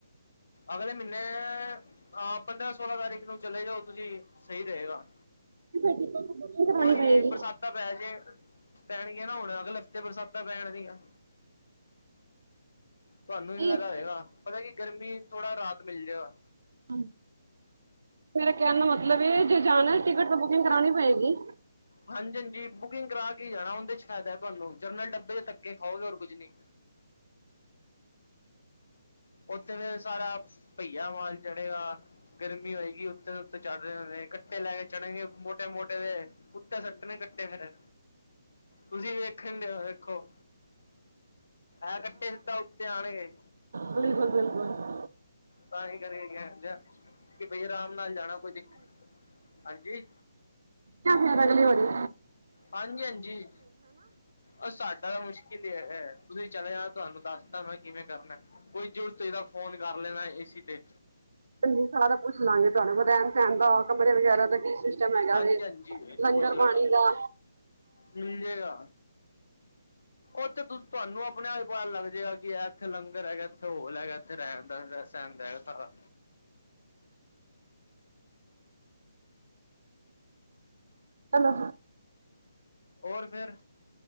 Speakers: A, on the left (about 70°); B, on the right (about 65°).
A: ਅਗਲੇ ਮੀਨੇ ਆਹ ਪੰਦਰਾਂ-ਸੋਲਾਂ ਤਾਰੀਖ ਨੂੰ ਚਲੇ ਜਾਓ ਤੁਸੀਂ ਸਹੀ ਰਹੇਗਾ।
B: ਫਿਰ ਟਿਕਟ ਬੁਕਿੰਗ ਕਰਾਣੀ
A: ਹੋਰ
B: ਪਏਗੀ
A: ਕੀ ਬਰਸਾਤਾਂ ਪੈ ਜੇ ਪੈਣਗੀਆਂ ਨਾ ਹੁਣ ਅਗਲੇ ਲਫ਼ਤੇ ਬਰਸਾਤਾ ਪੈਣਗੀਆਂ। ਤੁਹਾਨੂੰ
B: ਠੀਕ
A: ਵੀ ਫਾਇਦਾ ਹੋਏਗਾ ਪਤਾ ਕੀ ਗਰਮੀ ਥੋੜਾ ਰਾਤ ਮਿਲ ਜਾਗਾ।
B: ਹਾਂ ਮੇਰੇ ਕਹਿਣ ਦਾ ਮਤਲਬ ਹੈ ਜੇ ਜਾਣਾ ਟਿਕਟ ਤੇ ਬੁਕਿੰਗ ਕਰਾਣੀ ਪਏਗੀ।
A: ਹਾਂਜੀ-ਹਾਂਜੀ ਬੁਕਿੰਗ ਕਰਾ ਕੇ ਹੀ ਜਾਣਾ ਉਹਦੇ ਚ ਫਾਇਦਾ ਹੈ ਤੁਹਾਨੂੰ ਜਨਰਲ ਡੱਬੇ ਚ ਧੱਕੇ ਖਾਓਗੇ ਹੋਰ ਕੁਝ ਨੀ। ਉੱਥੇ ਫੇਰ ਸਾਰਾ ਭਹੀਆ ਮਾਲ ਚੜੇਗਾ। ਗਰਮੀ ਹੋਏਗੀ ਉੱਤੇ-ਉੱਤੇ ਚੜ੍ਹ ਰੇ ਹੋਣੇ ਕੱਟੇ ਲੈਕੇ ਚੜਨਗੇ ਮੋਟੇ-ਮੋਟੇ ਜੇ। ਕੁੱਤੇ ਸੱਟਣੇ ਕੱਟੇ ਫੇਰ ਤੁਸੀਂ ਵੇਖਣ ਡ ਵੇਖੋ। ਇਹ ਕੱਟੇ ਸਿੱਧਾ ਉੱਤੇ ਆਣਗੇ।
B: ਬਿਲਕੁਲ-ਬਿਲਕੁਲ।
A: ਤਾ ਹੀ ਕਰਕੇ ਕਆ ਕਿ ਬਈ ਆਰਾਮ ਨਾਲ ਜਾਣਾ ਕੋਈ ਦਿੱਕ ਹਾਂਜੀ
B: ਯਾ ਫੇਰ ਅਗਲੀ ਵਾਰੀ।
A: ਹਾਂਜੀ-ਹਾਂਜੀ ਉਹ ਸਾਡਾ ਤਾਂ ਮੁਸ਼ਕਿਲ ਹੀ ਹੈ, ਤੁਸੀਂ ਚਲੇ ਜਾਣਾ ਤੁਹਾਨੂੰ ਦੱਸਤਾ ਮੈਂ ਕਿਵੇਂ ਕਰਨਾ। ਕੋਈ ਜ਼ਰੂਰਤ ਏ ਤਾਂ ਫੋਨ ਕਰ ਲੈਣਾ ਹੀ ਸੀ ਤੇ,
B: ਹਾਂਜੀ ਸਾਰਾ ਕੁਛ ਲੰਘ ਜਾਣਾ ਰਹਿਣ ਸਹਿਣ ਦਾ ਕਮਰੇ ਵਗੈਰਾ ਦਾ ਕੀ ਸਿਸਟਮ ਸਿਸਟਮ ਹੈਗਾ
A: ਹਾਂਜੀ
B: ਵੇ,
A: ਹਾਂਜੀ
B: ਲੰਗਰ
A: ਪੁੱਛ ਲੈਣਾ
B: ਪਾਣੀ ਦਾ,
A: ਮਿਲ ਜੇ ਗਾ। ਉੱਥੇ ਤੁਹਾਨੂੰ ਆਪਣੇ ਆਪ ਹੀ ਪਤਾ ਲੱਗ ਜਾਏਗਾ ਕਿ ਇਹ ਇੱਥੇ ਲੰਗਰ ਹੈਗਾ ਇੱਥੇ ਹੋਲ ਹੈਗਾ। ਰਹਿਣ ਦਾ ਸਹਿਣ ਦਾ ਹੈ ਸਾਰਾ,
B: ਚਲੋ,
A: ਹੋਰ ਫਿਰ,